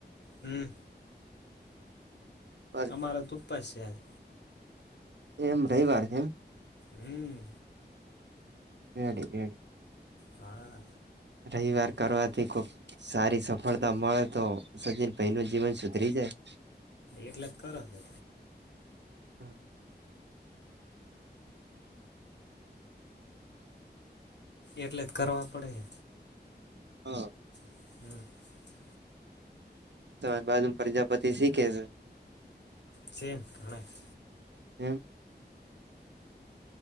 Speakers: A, on the left (about 80°); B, on the right (about 80°).
A: હમ
B: બસ
A: અમારા તુપ્પ છે આજ
B: એમ રવિવાર હે એમ
A: હમ
B: રેડી રેડી
A: હા
B: રવિવાર કરવાથી કોઈક સારી સફળતા મળ તો સજીન ભઈ નુ જીવન સુધરી જાય <inaudible>
A: એટલે જ કરો તો
B: હમ
A: એટલે જ કરવા પડે હે
B: હા
A: <inaudible>
B: તો બાજુમ પરજાપતિ શીખે છે
A: શે ન ગણાય
B: એમ